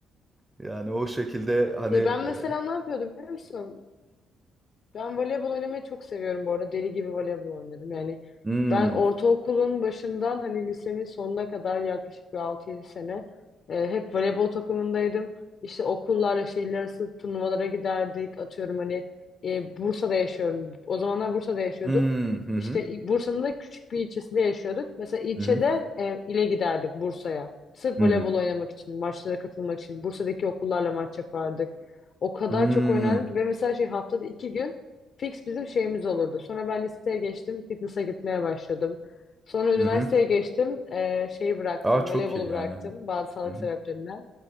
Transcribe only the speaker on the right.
Yani o şekilde hani
eee,
hı,
hı, hı, hı,
hı,
hı,
hı,
hı, hı.
Aa çok
iyi yani.
hani.
Hı hı.